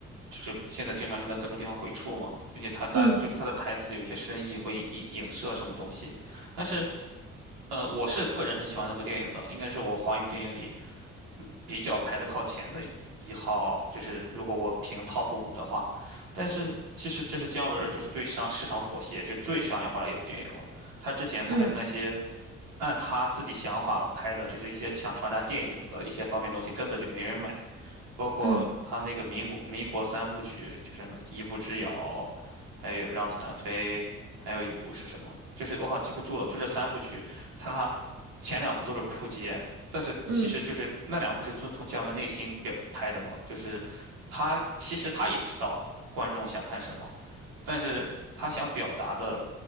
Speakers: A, on the right; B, on the right.
A: 就是现在经常用在各种地方鬼畜嘛，并且他大就是他的台词有些深意，
B: 嗯
A: 会影影射什么东西。但是，呃，我是个人很喜欢那部电影的，应该是我华语电影里比较排的靠前的一号，就是如果我评 top 五的话。但是其实这是姜文儿就是对商市场妥协，就最商业化的一部电影了。他之前拍的那些。
B: 嗯
A: 按他自己想法拍的，就是一些想传达电影的一些方面东西，根本就没人买。包括他那个民不民国三部曲，
B: 嗯
A: 就是什么一步之遥》，还有《让子弹飞》，还有一部是什么？就是我好记不住了。就这三部曲，他前两部都是扑街，但是其实就是那两部是遵从姜文内心表拍的嘛，
B: 嗯。
A: 就是他其实他也知道观众想看什么，但是他想表达的。